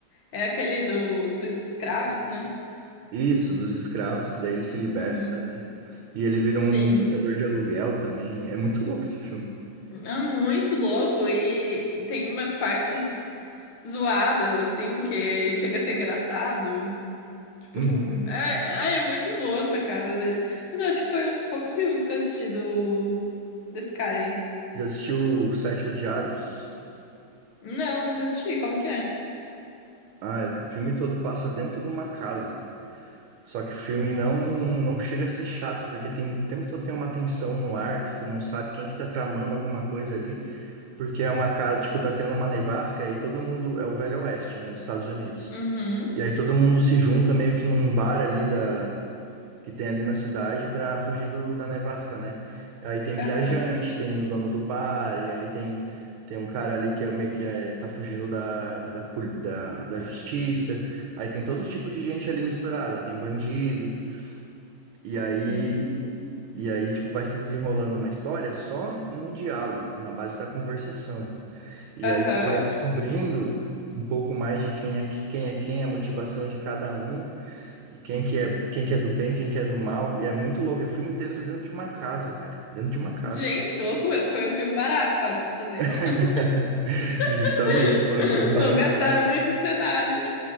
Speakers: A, on the left (about 80°); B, on the right (about 80°).
A: É aquele do, dos escravos, né?
B: isso, dos escravos, que daí ele se liberta,
A: Uhum.
B: né? E ele vira
A: Sim.
B: um matador de aluguel também. É muito louco esse filme.
A: É muito louco e tem umas partes zoadas, assim, que chega a ser engraçado. <laughs>
B: Uhum.
A: Ai, ai, é muito boa essa cara deles. Mas eu acho que foi um dos poucos filmes que eu assisti do... desse cara aí.
B: Já assistiu Os Sete Odiados?
A: Não, nunca assisti. Como que é?
B: Ah, é- o filme todo passa dentro de uma casa. Só que o filme não, não chega a ser chato, porque tem, o tempo todo tem uma tensão no ar que tu não sabe quem que tá tramando alguma coisa ali, porque é uma casa, tipo, tá tendo uma nevasca e todo mundo é o Velho Oeste, né, dos Estados Unidos.
A: Uhum.
B: E aí todo mundo se junta meio que num bar ali da que tem ali na cidade pra fugir do, da nevasca, né? Aí tem viajante,
A: Aham.
B: tem o dono do bar, e aí tem tem um cara ali que é meio que é, tá fugindo da, da, pol- da, da justiça. Aí tem todo tipo de gente ali misturada, tem bandido. E aí,
A: Hum,
B: e aí, tipo, vai se desenrolando uma história só no diálogo, na base da conversação. E
A: Aham.
B: aí você vai descobrindo um pouco mais de quem é que- quem é quem, a motivação de cada um, e quem que é, quem que é do bem, quem que é do mal. E é muito louco, é o filme inteiro dentro de uma casa, cara, dentro de uma casa.
A: Gente, que loucura. Foi um filme barato quase pra fazer, então.
B: <laughs> Justamente,
A: <laughs>
B: foi um filme barato.
A: Não gastaram muito em cenário.